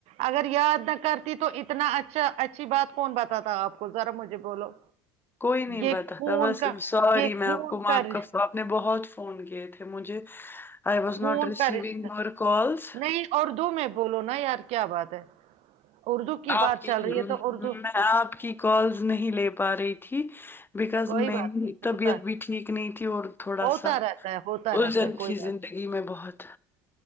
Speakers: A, on the right; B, on the left.
A: اگر یاد نہ کرتی تو اتنا اچھا اچھی بات کون بتاتا آپ کو ذرا مجھے بولو
B: کوئی نہیں
A: یہ
B: بتا
A: خون
B: تھا بس
A: کا
B: سوری
A: یہ
B: میں
A: خون
B: آپ کو آپ
A: رش-
B: کا آپ نے بہت فون کیے تھے مجھے آئی واز
A: خون
B: ناٹ ریسیونگ
A: کا رشتہ
B: مور کالس
A: نہیں اردو میں بولو نا یار کیا بات ہے اردو
B: آپ
A: بات
B: کی
A: چل
B: میں
A: رہی ہے تو اردو
B: آپ کی کالز نہیں لے پا رہی تھی بکاز
A: کوئی
B: میری
A: بات نہیں
B: طبیعت
A: ہوتا ہے
B: بھی ٹھیک نہیں تھی اور تھوڑا
A: ہوتا
B: سا
A: رہتا ہے ہوتا رہتا
B: الجھن
A: ہے کوئی
B: تھی
A: بات
B: زندگی میں بہت